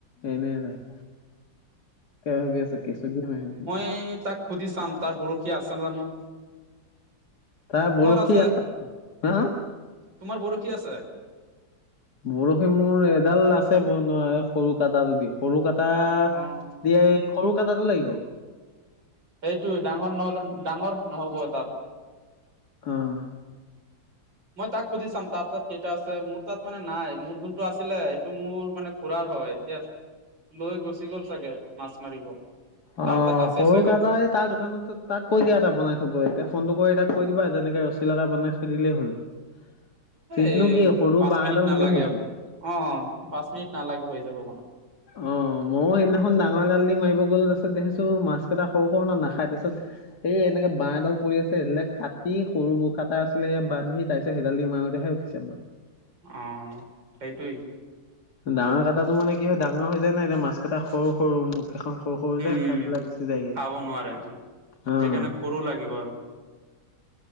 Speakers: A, on the left; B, on the right.
A: এনেই যায়। কি ভাবি আছ কেচু দি মাৰিম কি।
B: <unintelligible> তাত সুধি চাম তাৰ বৰষী আছে জানোঁ।
A: তাৰ বৰশী
B: আছে
A: আ। <unintelligible> হা!
B: তোমাৰ বৰশী আছে?
A: বৰশী মোৰ এডাল আছে বনোৱা, এই সৰু কাটাটো দি। সৰু কাটা,
B: অ
A: দিয়ে সৰু কাটাটো লাগিব।
B: সেইটোৱে ডাঙৰ নহ'লে, ডাঙৰ নহ'ব তাত।
A: অহ।
B: মই তাক সুধি চাম, তাৰ তাত কেইটা আছে। মোৰ তাত মানে নাই, মোৰ যোনটো আছিলে। সেইটো মোৰ মানে খুৰাৰ হয়। এতিয়া লৈ গুচি গ'ল চাগে, মাছ মাৰিব। তাৰ
A: অহ',
B: তাত আছেই
A: সৰু
B: চাগে
A: কাটাই তাৰ দোকানত গৈ, তাক কৈ দিয়া এটা বনাই থবলৈ। এতিয়া ফোনটো কৰি তাক কৈ দিবা যে, এনেকে ৰছী লগা বনাই থৈ দিলেই হ'ল। <unintelligible>
B: এই,
A: কি সৰু
B: পাঁচ
A: বাঁহ
B: মিনিট
A: এডাল
B: নালাগে
A: হ'লেই হ'লতো
B: অ' পাঁচ মিনিট নালাগে হৈ যাব বনত
A: অ', মইয়ো সেইদিনাখন ডাঙৰ এডাল দি মাৰিব গ'লো তাৰপিছত দেখিছোঁ মাছ কেইটা সৰু সৰু ন নাখায় তাৰপিছত এই এনেকে বাঁহ এডাল পৰি আছে, সেই ডালেৰে কাটি সৰু- সৰু কাটা আছিলে সেয়া বান্ধি সেইডাল দি মাৰোতেহে উঠিছে মাছ।
B: অ', সেইটোৱেই,
A: ডাঙৰ কাটাটো মানে কি হয় ডাঙৰ হৈ যায় নাই। এতিয়া মাছ কেইটা সৰু -সৰু মুখ কেইখন সৰু সৰু যে
B: উম'
A: খাই পেলাই গুচি যায়গে।
B: খাব নোৱাৰে অহ সেইকাৰণে
A: অ',
B: সৰু লাগিব আৰু